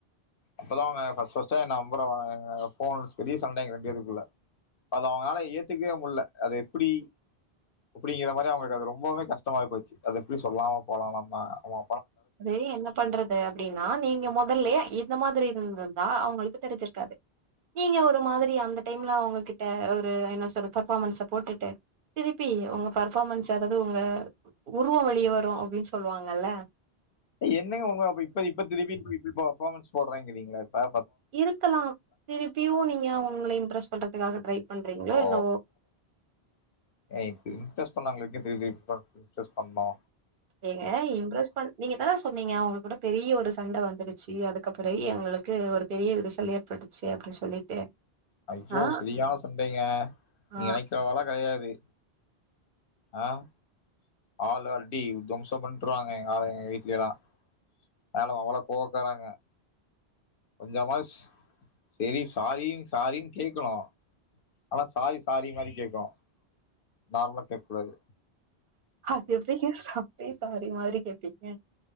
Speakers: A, on the left; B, on the right.
A: அப்பதா அவ்ங்க ஃபஸ்ட் ஃபஸ்ட்டா என் நம்பர வாங்குனாங்க போன் பெரிய சண்ட எங்க ரெண்டு பேத்துக்குள்ள அது அவ்ங்களால ஏத்துகவே முடில அது எப்புடி அப்புடிங்கிற மாரி அவுங்களுக் அது ரொம்பமே கஷ்டமாய் போச்சி அது எப்டி சொல்லாம போலா நம்ம அமா
B: அது என்ன பண்றது அப்டினா நீங்க மொத் மொதல்லயே இந்த மாதிரி இருந்தந்தா அவுங்ளுக்கு தெரிஞ்சிருக்காது நீங்க ஒரு மாதிரி அந்த டைம்ல அவங்க கிட்ட ஒரு என்ன சொல்றது பர்ஃபாமன்ஸ போட்டுட்டு திருப்பி உங்க பர்ஃபாமன்ஸ அதாது உங்க உருவோ வெளிய வரு அப்டின் சொல்வாங்கல
A: என்னங்க உங்க இப்ப இப்ப திருப்பி இப்ப பெஃபாமன்ஸ் போடுறங்கிறீங்கல பே
B: இருக்கலா திருப்பியு நீங்க உங்கள இம்ப்ரஸ் பண்றதுக்காக ட்ரை பண்றீங்களோ
A: ஓ
B: என்ன
A: இம்ப்ரஸ் பண்ணவெங்களுக்கே தெரிஞ்ச் இம்ப்ரஸ் பண்ணோ
B: ஏங்க இம்ப்ரஸ் பண் நீங்கதா சொன்னீங்க அவுங்க கூட பெரிய ஒரு சண்ட வந் வந்துருச்சி அதுக்கப்புறோ எங்களுக்கு ஒரு பெரிய விரிசல் ஏற்பட்டுச்சி அப்படின் சொல்லிட்டு
A: ஐயோ
B: ஆ
A: செரியான சண்டைங்க நீ
B: ஆ
A: நெனக்கிற வள கெடையாது ஆஹ் ஆளு அடி தொமுசோ பண்ட்டுருவாங்க எ எங்க வீட்லலா மேல அவளோ கோவக்காரங்க கொஞ்சமா செரி சாரின் சாரினு கேக்கணு ஆனா சாரி சாரி மாரி கேக்கனு நார்மலா கேக்க கூடாது
B: அது எப்டிங்க சப்பே சாரி மாரி கேப்பீங்க